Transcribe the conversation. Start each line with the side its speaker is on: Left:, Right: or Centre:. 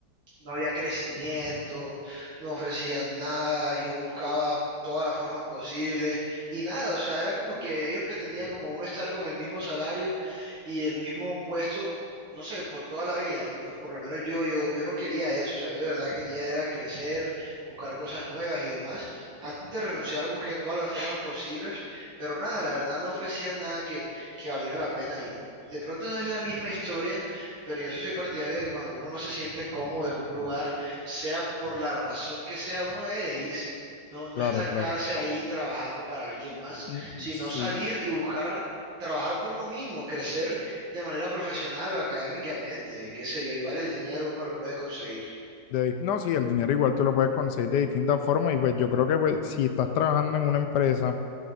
Right: no había crecimiento, no ofrecían nada, yo buscaba todas las formas posibles y nada, o sea, era como que ellos pretendían como uno estar con el mismo salario y el mismo puesto, no sé, por toda la vida y pues por lo menos yo, yo, yo no quería eso, o sea, yo de verdad quería era crecer, buscar cosas nuevas y demás. Antes de renunciar busqué todas las formas posibles, pero nada, la verdad no ofrecían nada que, que valiera la pena y de pronto no es la misma historia pero yo sí soy partidario de que cuando uno no se siente cómodo en un lugar, sea por la razón que sea, uno debe de irse. No, no
Left: Claro,
Right: estancarse
Left: claro.
Right: ahí trabajando para alguien más,
Left: Mm, mm,
Right: sino
Left: Sí.
Right: salir y buscar trabajar por uno mismo, crecer de manera profesional o académicamente, qué sé yo, igual el dinero uno lo puede conseguir.
Left: De- no, sí, el dinero igual tú lo puedes conseguir de distintas formas y pues yo creo que pues, si estás trabajando en una empresa